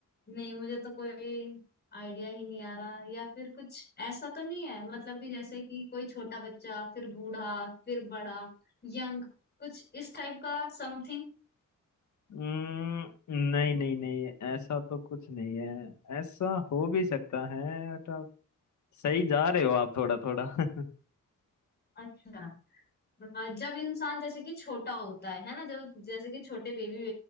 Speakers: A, on the left; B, on the left.
A: नहीं मुझे तो कोई आइडिया ही नहीं आ रहा या फिर कुछ ऐसा तो नहीं है मतलब कि जैसे कि कोई छोटा बच्चा फिर बूढ़ा फिर बड़ा यंग कुछ इस टाइप का समथिंग
B: हम्म, नहीं नहीं नहीं ऐसा तो कुछ नहीं है ऐसा हो भी सकता है बट आप सही जा रहे हो आप थोड़ा थोड़ा <laughs>
A: अच्छा अ, जब इंसान जैसे कि छोटा होता है है ना जो जैसे कि छोटे बेबी